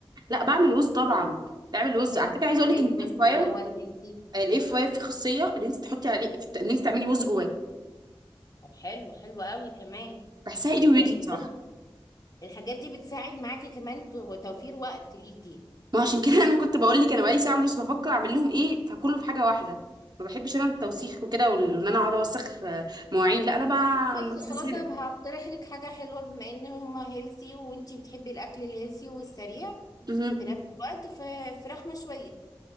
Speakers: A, on the right; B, on the left.
A: لا بعمل وز طبعا بعمل وز
B: بتعملي
A: على فكره عايزه اقول
B: ازاي
A: لك ان الاير
B: طيب
A: فراير
B: اللي هو الملسي
A: الاير فراير فيه خاصيه ان انت تحطي عليه ان انت تعملي وز جواه
B: طب حلو حلو قوي كمان
A: بحسها ايدي ورجلي
B: يعني
A: بصراحه
B: الحاجات دي بتساعد معاكي كمان تو- توفير وقت ليكي
A: ما عشان كده <laughs> انا كنت بقول لك انا بقالي ساعه ونص بفكر اعمل لهم ايه فكله في حاجه واحده ما بحبش انا التوسيخ وكده وان انا اقعد اوسخ آه، مواعين لا انا بقى
B: بص
A: أنا مستسهله
B: خلاص انا هقترح لك حاجة حلوة بما ان هما هيلسي وانتي بتحبي الاكل الهيلسي والسريع
A: مهم.
B: في نفس الوقت ف- فراخ مشوية